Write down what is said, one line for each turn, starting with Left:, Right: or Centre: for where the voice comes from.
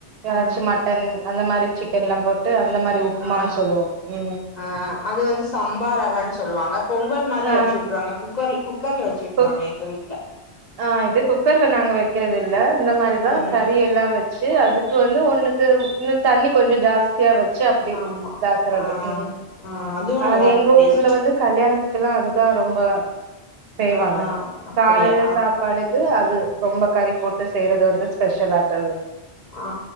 Right: ஏதாச்சு
Left: ஆ
Right: மட்டன் அந்த மாரி சி க்கன்ல்லாம் போட்டு அந்த மாரி உப்மான்னு
Left: ஆ
Right: சொல்லுவோ ம்
Left: ஆ அது வந்து சம்பா ரவன்னு சொல்லுவாங்க பொங்கல் மாரி
Right: ஆ
Left: வச்சு விட்டுருவாங்க குக்கர் குக்கர்ல வச்ச திட்றாங்க
Right: குக்
Left: எங்க வீட்
Right: ஆ இது குக்கர்ல நாங்க வெக்கெறது இல்ல இந்த மாரிதா
Left: ம்
Right: கறி எல்லா வெ ச்சு அதுக்கு வந்து ஒன்னுக்கு இன்னு தண்ணி கொஞ்சோ ஜாஸ் தியா வெச்சு அப்டி
Left: ஆமா
Right: தாக்கறது
Left: ஆ
Right: ம்
Left: ஆ அதுவு நல்லா
Right: அது
Left: இருக்கு
Right: எங்க
Left: டேஸ்ட்
Right: ஊர்ல வந்து கல்யாணத்துக்கு எல்லா அதுதா ரொம்ப செய்வாங்க
Left: ஆ அப்படியா
Right: காலேல சாப் பாடுக்கு அது ரொம்ப கறி போட்டு செய்றது வந்து ஸ்பெஷல் ஆட்டது
Left: ஆ